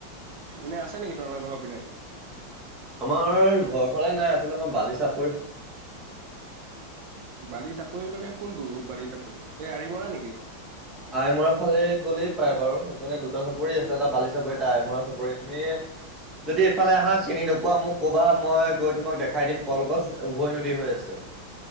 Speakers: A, on the right; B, in the centre.
A: এনেই আছে নেকি তোমালোকৰ ঘৰৰ পিনে।
B: আমাৰ ঘৰৰ ফালে নাই আচলতে মই বালি চাপ
A: বালি চাপৰি মানে কোনটো বালি এই আৰি মৰা নেকি?
B: আইমৰা ফালে গ'লেই পাই বাৰু সেইকাৰণে দুটা চাপৰি আছে এটা বালি চাপৰি তাই মৰা চাপৰি, তুমি যদি এইফালে আহা চিনি নো কোৱা মোক ক'বা মই গৈ তোমাক দেখাই দিম কলগছ উভৈ নদী হৈ আছে।